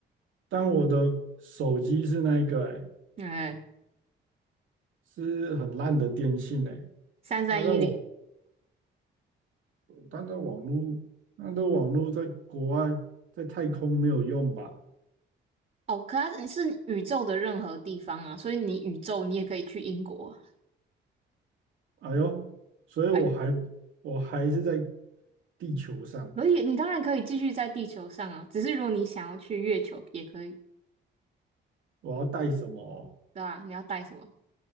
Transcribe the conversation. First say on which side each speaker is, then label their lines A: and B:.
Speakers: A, on the right (about 75°); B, on the right (about 40°).
A: 但我的手机是那一个、欸，
B: 嗯，
A: 是很烂的电信、欸，哎
B: 三三一零。
A: 它在网，它在网络，它的网络在国外，在太空没有用吧？
B: 哦，可它是宇宙的任何地方啊，所以你宇宙你也可以去英国啊。
A: 哎呦，所以我还
B: 哎呀，
A: 我还是在地球上，
B: 可以，你当然可以继续在地球上啊，只是如果你想要去月球也可以，
A: 我要带什么哦
B: 对吧？你要带什么？